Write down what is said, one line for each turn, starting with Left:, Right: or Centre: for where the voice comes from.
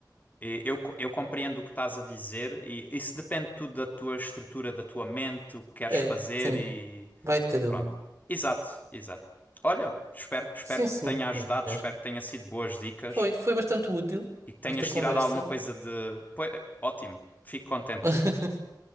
Left: eu, eu compreendo o que estás a dizer e isso depende tudo da tua estrutura, da tua mente, o que queres
Right: É,
Left: fazer
Right: sim,
Left: e
Right: vai de cada
Left: pronto.
Right: um.
Left: Exato, exato. Olha, espero, espero
Right: Sim,
Left: que
Right: senhor.
Left: te tenha ajudado, espero que tenha sido boas dicas
Right: Foi, foi bastante útil
Left: e que tenhas
Right: nesta conversa.
Left: tirado alguma coisa de. Pois, ótimo, fico contente.
Right: <laughs>